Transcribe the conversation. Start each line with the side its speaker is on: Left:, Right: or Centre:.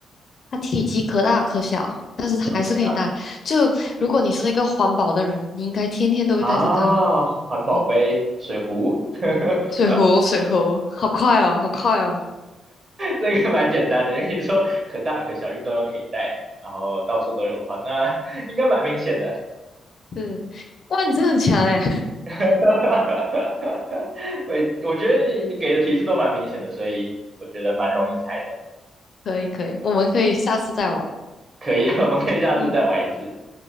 Left: 它体积可大可小，但是它还是可以带。
Right: 一样可大可小，
Left: 就如果你是一个环保的人，
Right: 还是可以的
Left: 你应该天天都会带着它。
Right: 啊。环保杯、
Left: 嗯，
Right: 水壶，<laughs>
Left: 水壶，水壶，好快哦，好快哦。
Right: 这个蛮简单的。你说可大可小，运动又可以带，然后到处都有的话，那应该蛮明显的。
Left: 是，哇，你真的很强哎！
Right: <laughs> 哈哈哈，我我觉得你你给的提示都蛮明显的，所以我觉得蛮容易猜的。
Left: <laughs> 可以可以，我们可以下次再玩。
Right: 可以，<laughs> 我们可以下次再玩一次。
Left: 嗯，